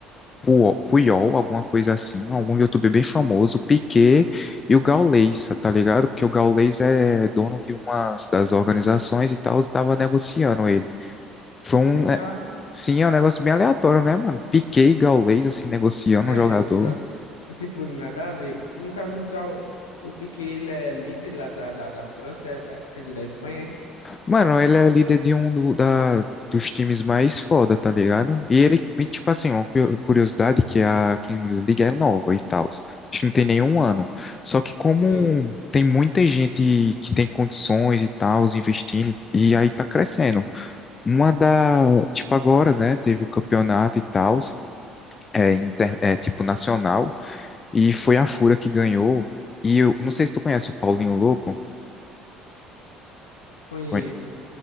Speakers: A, on the left; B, on the left.
A: Puo- Puyol, alguma coisa assim, algum youtuber bem famoso, Piquet e o Gaules, tá ligado? Porque o Gaules é dono de umas das organizações e tal, estava negociando ele. Foi
B: Que
A: um,
B: legal.
A: é, sim, é um negócio bem aleatório, né, mano? Piquet e Gaules, assim, negociando
B: É,
A: um jogador.
B: negócio tipo nada a ver. Que no caso o Gal, o Piquet ele é líder lá da, da, da França, é, da, quer dizer, da Espanha. é?
A: Mano, ele é líder de um do- da, dos times mais foda, tá ligado? E ele, e, tipo assim, uma cu- curiosidade que é a Kings League é nova e tal. Acho que não tem nenhum ano. Só que como
B: Sei.
A: tem muita gente que tem condições e tal, investindo, e aí tá crescendo. Uma da, tipo agora, né, teve o campeonato e tal, é, inter- é tipo nacional, e foi a Fúria que ganhou. E eu não sei se tu conhece o Paulinho Louco.
B: Conheço.
A: Conhe-